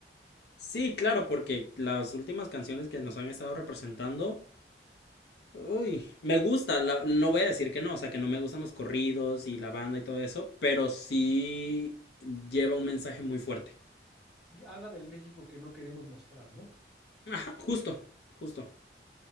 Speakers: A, on the left; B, in the centre.
A: sí, claro, porque las últimas canciones que nos han estado representando, uy, me gusta, la- no voy a decir que no, o sea, que no me gustan los corridos y la banda y todo eso, pero sí lleva un mensaje muy fuerte.
B: Sí, habla del México que no queremos mostrar, ¿no?
A: Ajá, justo, justo.